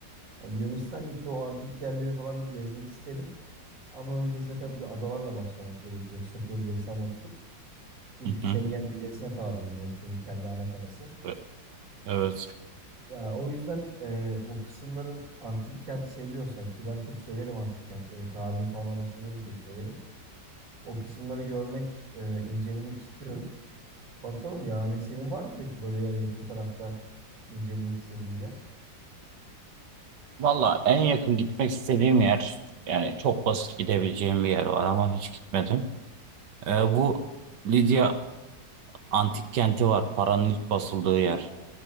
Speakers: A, on the right (about 50°); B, on the right (about 70°).
A: Hani Yunanistan'daki o antik yerleri falan bir gezmek isterim. Ama öncesinde tabii bir adalarla başlamak gerekiyor. Sakız'dır, Samos'tur. Çünkü
B: hı
A: Schengen
B: hı.
A: vizesine tabi Yunanistan'ın kendi anakarası.
B: E- Evet.
A: Ya o yüzden e, o kısımların antik kent seviyorsan ki ben çok severim antik kentleri, tarihini falan araştırmayı da çok severim. O kısımları görmek, e, incelemek istiyorum. Bakalım yani senin var mı peki böyle ya- yakın tarafta incelemek istediğin bir yer?
B: Valla en yakın gitmek istediğim yer yani çok basit gidebileceğim bir yer var ama hiç gitmedim. Ee, bu Lidya antik kenti var. Paranın ilk basıldığı yer.